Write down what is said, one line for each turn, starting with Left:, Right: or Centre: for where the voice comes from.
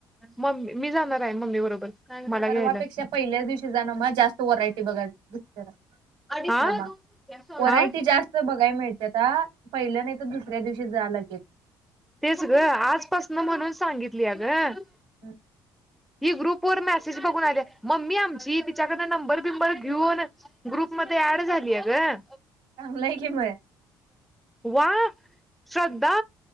Centre: मम्मी मी जाणार आहे मम्मी बरोबर मला
Right: परवापेक्षा
Centre: घ्यायला
Right: पहिल्याच दिवशी जाणा मग जास्त वरायटी बघाय भेटतील
Centre: हा
Right: या वरायटी
Centre: हा
Right: जास्त बघाय मिळत्याता आ पहिलं नाही तर दुसऱ्या दिवशी जा लगेच
Centre: तेच गं आजपासन म्हणून सांगितलीया गं
Right: हम्म
Centre: ही ग्रुप वर मेसेज बघून आली मम्मी आमची तिच्याकड नंबर बिंबर घेऊन ग्रुपमध्ये ऍड झालीया गं
Right: चांगल की मग
Centre: वा श्रद्धा